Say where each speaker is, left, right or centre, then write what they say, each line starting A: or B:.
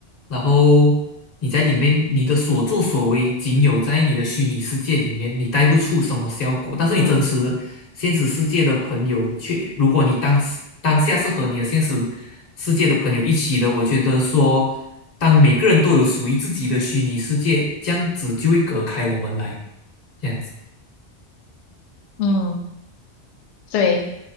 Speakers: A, on the left; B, on the left.
A: 然后你在里面你的所作所为仅有在你的虚拟世界里面，你带不出什么效果。但是你真实的现实世界的朋友却，
B: 嗯。
A: 如果你当时当下是和你的现实世界的朋友一起的，我觉得说，当每个人都有属于自己的虚拟世界，这样子就会隔开我们来，这样子。
B: 嗯，对，